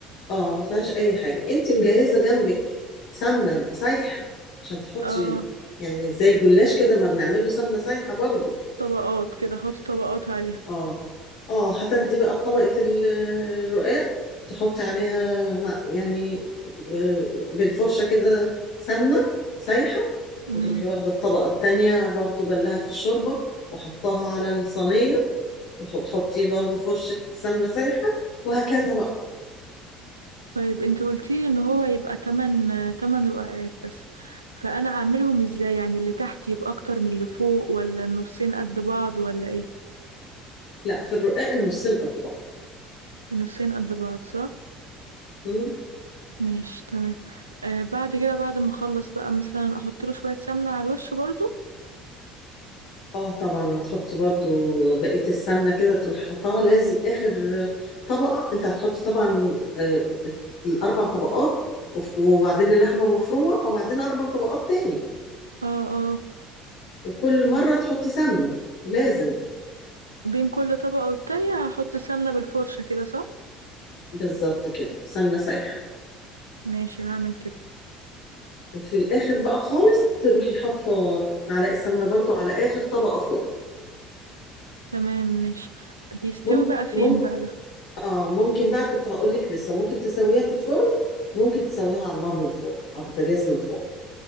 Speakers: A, on the left; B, on the right.
A: اه ما فيهاش أي حاجة انت مجهزة جنبك سمنة سايحة عشان تحطي
B: اه
A: يعني زي الجلاش كده ما بنعمله سمنة سايحة برضو
B: طبقات كده احط طبقات عليها
A: اه اه هتاخدي بقى طبقة ال- الرقاق تحطي عليها مع يعني ب- بالفرشة كده سمنة سايحة
B: مم.
A: وتروحي واخدة الطبقة التانية برضو بلها في الشوربة وحطها على الصينية وتحطي برضو فرشة سمنة سايحة وهكذا بقى
B: طيب انت قلتيلي ان هو يبقى تمن تمن رقعات بس فانا اعملهم ازاي يعني اللي تحت يبقى اكتر من اللي فوق ولا النصين قد بعض ولا ايه
A: لا في الرقاق النصين قد
B: النصين قد بعض صح
A: بعض
B: ماشي تمام آه بعد كده بعد ما اخلص بقى مثلا احط له شوية سمنة على الوش برضو
A: اه طبعا هتحطي برضو بقية السمنة كده تروحي حطها لازم آخر طبقة انت هتحطي طبعا آه، الأربع طبقات وف- وبعدين اللحمة مفرومة وبعدين أربع طبقات تاني
B: اه اه
A: وكل مرة تحطي سمنة لازم
B: بين كل طبقة والتانية هحط سمنة بالفرشة كده صح
A: بالظبط كده سمنة سايحة
B: ماشي هعمل كده
A: وفي الآخر بقى خالص تروحي حاطة معلقة سمنة برضو على آخر طبقة فوق
B: تمام ماشي بيستوي
A: ممكن
B: بقى فين
A: ممكن
B: بقى ده
A: اه ممكن بقى كنت هقولك لسه ممكن تسويها في الفرن ممكن تسويها على النار من فوق على البوتاجاز من فوق